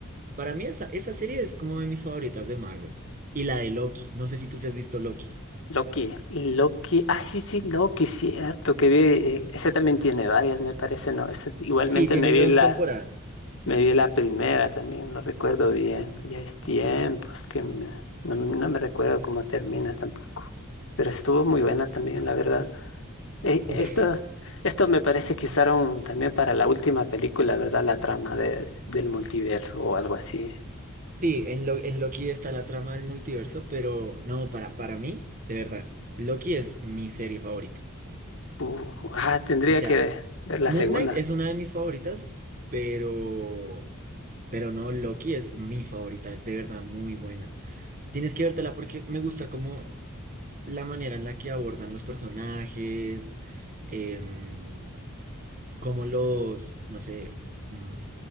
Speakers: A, on the right (about 40°); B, on the left (about 60°).
A: Para mí esa, esa serie es como de mis favoritas de Marvel. Y la de Loki, no sé si tú te has visto Loki.
B: Loki, Loki, ah, sí, sí, Loki, cierto, que vi, eh, ese también tiene varias, me parece, ¿no? Ese t- igualmente
A: Sí, tiene
B: me vi
A: dos
B: la,
A: temporadas.
B: me vi la primera también, no recuerdo bien, ya es tiempo, es que me- no, no me recuerdo cómo termina tampoco, pero estuvo muy buena también, la verdad. Eh,
A: Uf,
B: esto, esto me parece que usaron también para la última película, ¿verdad? La trama de, del multiverso o algo así.
A: Sí, en, Lo- en Loki está la trama del multiverso, pero no, para, para mí, de verdad, Loki es mi serie favorita.
B: Uh, ah, tendría
A: O sea,
B: que ver la
A: Moon
B: segunda.
A: Knight es una de mis favoritas, pero, pero no, Loki es mi favorita, es de verdad muy buena. Tienes que vértela porque me gusta como la manera en la que abordan los personajes, em, como los, no sé, mm,